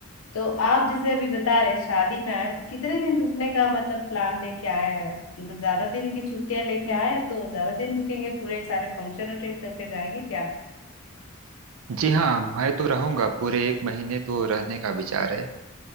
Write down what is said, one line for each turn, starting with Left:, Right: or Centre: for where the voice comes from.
Left: तो आप जैसे अभी बता रहे शादी में आए तो कितने दिन रुकने का मतलब प्लान लेके आए हैं मतलब ज्यादा दिन की छुट्टियां लेके आए हैं, तो ज्यादा दिन रुकेंगे पूरे सारे फंक्शन अटेंड करके जाएंगे क्या
Right: जी हाँ मैं तो रहूंगा पूरे एक महीने तो रहने का विचार है